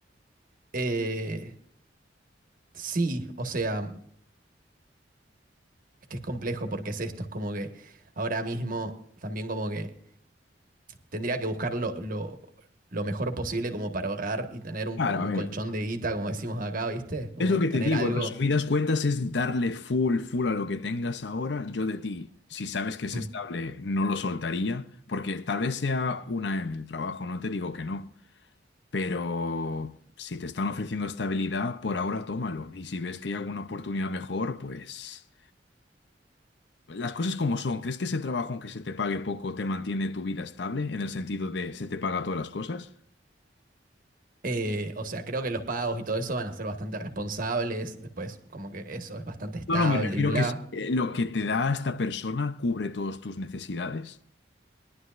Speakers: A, on the right (about 50°); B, on the left (about 70°).
A: Eh, sí, o sea, es que es complejo porque es esto, es como que ahora mismo también como que tendría que buscar lo, lo- lo mejor posible como para ahorrar y tener un,
B: Claro,
A: como
B: a
A: un
B: ver.
A: colchón de guita, como decimos acá, ¿viste? Como
B: Es lo que
A: tener
B: te digo,
A: algo.
B: en resumidas cuentas es darle full, full a lo que tengas ahora, yo de ti. Si sabes que es
A: Mm.
B: estable, no lo soltaría, porque tal vez sea una en el trabajo, no te digo que no, pero si te están ofreciendo estabilidad, por ahora tómalo. Y si ves que hay alguna oportunidad mejor, pues las cosas como son. ¿Crees que ese trabajo, aunque se te pague poco, te mantiene tu vida estable en el sentido de se te paga todas las cosas?
A: Eh, o sea, creo que los pagos y todo eso van a ser bastante responsables. Después, como que eso es bastante estable
B: No, no, me refiero
A: y bla.
B: que si, eh, lo que te da esta persona cubre todas tus necesidades.